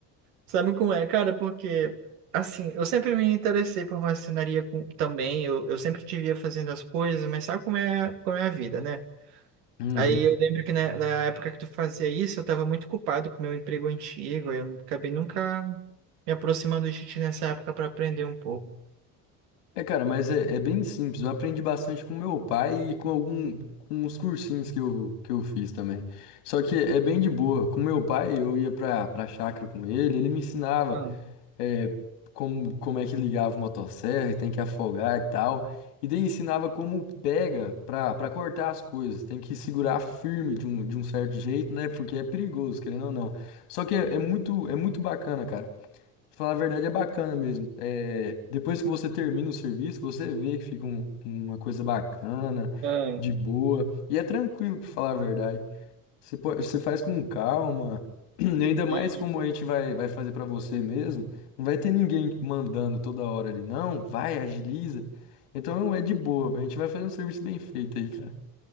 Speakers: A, on the right (about 75°); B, on the left (about 80°).
A: Sabe como é, cara? Porque assim, eu sempre me interessei por marcenaria com- também, eu, eu sempre te via fazendo as coisas, mas sabe como é, como é a vida, né?
B: Uhum.
A: Aí eu lembro que na, na época que tu fazia isso, eu tava muito culpado com o meu emprego antigo, aí eu acabei nunca me aproximando de ti nessa época para aprender um pouco.
B: É, cara, mas é, é bem simples. Eu aprendi bastante com meu pai e com algum, com os cursinhos que eu, que eu fiz também. Só que é bem de boa. Com meu pai, eu ia pra, pra chácara com ele, ele me ensinava
A: Ah,
B: é, como, como é que ligava o motosserra e tem que afogar e tal. E daí ensinava como pega pra, pra cortar as coisas. Tem que segurar firme de um, de um certo jeito, né? Porque é perigoso, querendo ou não. Só que é, é muito, é muito bacana, cara. Falar a verdade é bacana mesmo. É, depois que você termina o serviço, você vê que fica um- uma coisa bacana,
A: ah.
B: de boa, e é tranquilo, pra falar a verdade. Você, po- você faz com calma, <clears throat> e ainda mais
A: E,
B: como a gente vai, vai fazer pra você mesmo. Não vai ter ninguém mandando toda hora ali, não, vai, agiliza. Então é de boa, a gente vai fazer um serviço bem feito aí, cara.